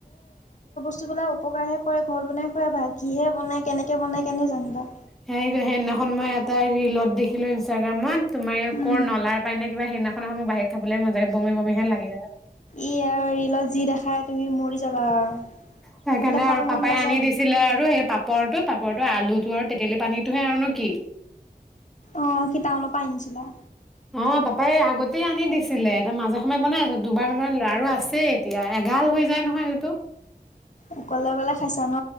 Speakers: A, on the left; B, in the centre.
A: বস্তু পেলাই উপপকাৰহে কৰে ঘৰ বনাই খুৱাই ভাল কিহে বনায় কেনেকৈ বনায় কেনে জানিবা
B: সেইটো সেননাখন মানে এটা ৰৰিলত দেখিলো ইনষ্টাগ্ৰামত তোমাৰ
A: উম,
B: ক নলাৰ পাই নে কিবা সেইদিনাখনোৰ বাহিৰত খাবলৈ মন য কৰিব বিহে লাগে য <inaudible>
A: ই আৰু ৰিলত যি দেখাই তুমি মৰি যাবা আৰু।
B: সেইকাৰণে
A: সেইবিলাক খাব
B: আৰু পাপাই
A: মন নাযায়।
B: আনি দিছিলে আৰু সেই পাপৰটো পাপ ওপৰতো আলুটো আৰু তেতেলী পানীটোহে আৰু ন কি।
A: অ' কি তাউনৰ পা আনিছিলা
B: অ', পাপাই আগতেই আনি দিছিলে এটা মাজে সময়ে বনাই আছো দুবাৰ মমান ল আৰু আছে এতিয়া এঘাৰ হৈ যায় নহয় এইটো
A: অকলে অকলে খাইছা ন